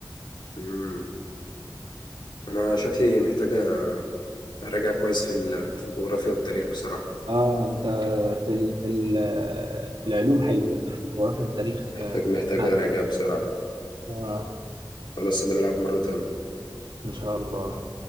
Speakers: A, on the left; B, on the right.
A: مم. أنا شكلي محتاجة أراجع كويس في ال- في الجغرافيا والتاريخ بصراحة
B: اه انت في ال في ال في العلوم حلو لكن في الجغرافيا والتاريخ
A: محتاج
B: لا
A: محتاج
B: لا.
A: أراجع بصراحة
B: اه
A: خلاص يبقى نلعب مرة تانية
B: ان شاء الله